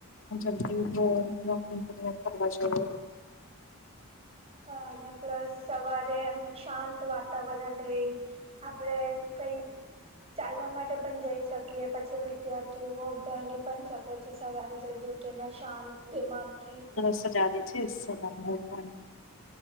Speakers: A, on the left (about 65°); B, on the right (about 30°).
A: જદી હો <unintelligible>
B: હા અને પ્લસ સવારે એમ શાંત વાતાવરણ રેય. આપણે કંઈ ચાલવા માટે પણ જઈ શકીએ પછી વિદ્યાર્થીઓ ભણી પણ શ કે છે સવારે જલ્દી ઉઠીને શાંત દિમાગથી
A: સજ આવી છે સવાર માં ઉઠવાની